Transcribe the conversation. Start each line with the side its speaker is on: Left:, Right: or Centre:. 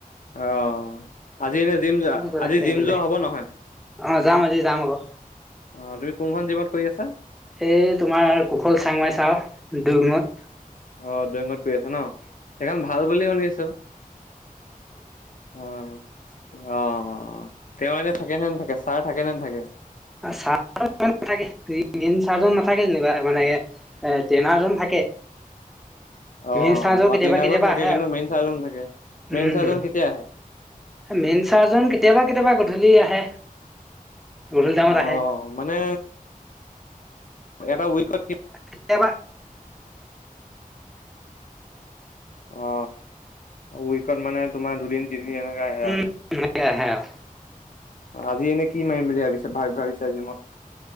Left: অ আজি এনে জিম যোৱা
Centre: গ'ত
Left: আজি
Centre: আছিলে সেইফালে
Left: জিম যোৱা হব নহয়?
Centre: অ যাম আজি যাম আকৌ।
Left: অ তুমি কোনখন জিমত কৰি আছা
Centre: এই তোমাৰ কুশল চাংমাই চাৰ দুগমত
Left: অ' ড্ৰয়ঙত পৰি আছা ন সেইখন ভাল বুলি শুনিছো। হয়, অ-অ তেওঁ এনেয়া থাকে নে না থাকে ছাৰ থাকে নে নেথাকে।
Centre: চাৰ থাকে <inaudible> চাৰ জন নাথাকে যেনিবা মানে এ টেনাৰজন থাকে।
Left: অ-অ
Centre: মেইন চাৰ্জৰ কেতিয়াবা
Left: তিনিজন
Centre: কেতিয়াবা
Left: থাকে
Centre: আহে
Left: কিন্তু
Centre: আৰু
Left: মেইন চাৰজন থাকে
Centre: উম
Left: মেইন চাৰজন
Centre: উম
Left: কেতিয়া আহে?
Centre: মেইন চাৰজন কেতিয়াবা-কেতিয়াবা গধূলি আহে। গধূলি টাইমত
Left: অ'
Centre: আহে
Left: মানে এটা উইকট
Centre: কেতিয়াবা কেতিয়াবা
Left: অ উইকত মানে তোমাৰ দুদিন তিনিদিন এনেকে আহে আৰু।
Centre: উম আহে আৰু
Left: আজি এনেই কি মাৰিম বুলি ভাবিছে ভা-ভাবিছা জিমত?